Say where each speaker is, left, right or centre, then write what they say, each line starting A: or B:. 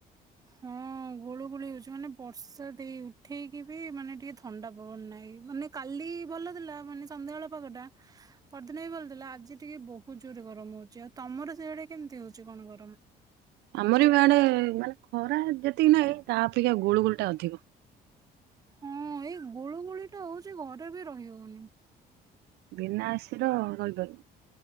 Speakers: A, on the right; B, on the right.
A: ହୁଁ ହୁଁ ଗୁଳୁ ଗୁଳି ହେଉଛି ମାନେ ବର୍ଷା ଦେଇ ଉଠେଇକି ବି ମାନେ ଟିକେ ଥଣ୍ଡା ପବନ ନାହିଁ। ମାନେ- କାଲି ଭଲ ଥିଲା ମାନେ ସନ୍ଧ୍ୟାବେଳ ପାଗଟା ପରଦିନ ବି ଭଲଥିଲା ଆଜି ଟିକେ ବହୁତ ଜୋର୍ ରେ ଗରମ ହୋଉଛି। ଆଉ ତମର ସେଆଡେ କେମିତି ହଉଛି କଣ ଗରମ?
B: ଆମର ବି ଆଡେ ମାନେ ଖରା ଯେତିକି ନାହିଁ ତା ଅପେକ୍ଷା ଗୁଳୁ ଗୁଳି ଟା ଅଧିକ।
A: ହୁଁ ହଁ ଏଇ ଗୁଳୁ ଗୁଳି ଟା ହୋଉଛି ଘରେ ବି ରହି ହୋଉନି।
B: ବିନା ଏସି ର ରହି ପାରୁନି।